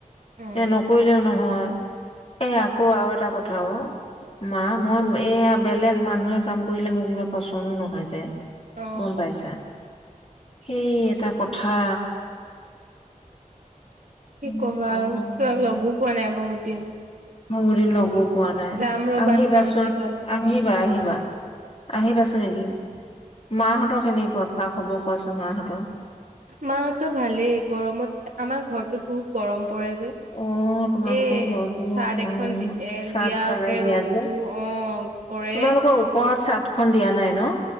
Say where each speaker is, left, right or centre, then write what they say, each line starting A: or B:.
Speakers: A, on the right (about 75°); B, on the left (about 45°).
A: উম
B: এ নকৰিলেও নহয়। এই আকৌ আৰু এটা কথা অ', মা মই এইয়া বেলেগ মানুহে কাম কৰিলে মোক কিবা পচনো নহয় যে।
A: অ
B: গম পাইছা? সেই
A: সেইটোৱে
B: এটা কথা।
A: কি
B: নকম
A: ক'বা আৰু তোমাক লগো পোৱা নাই বহুত দিন।
B: বহুত দিন লগো পোৱা নাই,
A: যাম ৰবা
B: আহিবা
A: তোমালোকৰ
B: চোন।
A: তালৈ
B: আহিবা, আহিবা। আহিবাচোন এদিন। মাহঁতৰ কেনেকুৱা? খা খবৰ কোৱাচোন মাহঁতৰ।
A: মাহঁতৰ ভালেই গৰমত আমাৰ ঘৰটোত বহুত গৰম পৰে যে।
B: অ তোমালোকৰ
A: এই
B: ঘৰতো
A: চাদ এখন,
B: অ
A: এ
B: চাদ
A: দিয়াকে
B: ঢালাই দিয়া
A: ৰ'দটো
B: যে
A: অ' পৰে।
B: তোমালোকৰ ওপৰত চাত ত খন দিয়া নাই ন